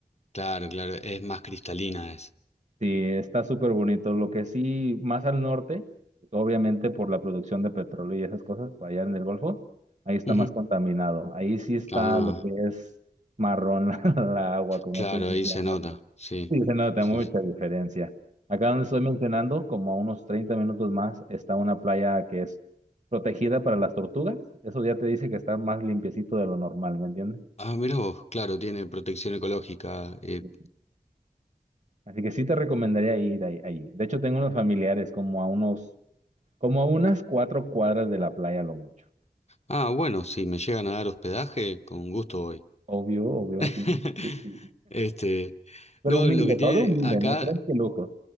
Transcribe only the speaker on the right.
Sí, está súper bonito. Lo que sí, más al norte, pues, obviamente por la producción de petróleo y esas cosas, pues, allá en el Golfo, ahí está
más contaminado. Ahí sí está
lo que es marrón <laughs> la agua, como
tú mencionas.
Sí, se nota
mucha
diferencia. Acá donde estoy mencionando, como a unos 30 minutos más, está una playa que es protegida para las tortugas. Eso ya te dice que está más limpiecito de lo normal, ¿me entiendes?
Sí. Así que sí te recomendaría ir ahí, ahí. De hecho, tengo unos familiares como a unos, como a unas cuatro cuadras de la playa, a lo mucho.
Obvio, obvio,
así. ¿no? sí, sí.
Pero
humilde,
todo humilde,
no crees que lujos.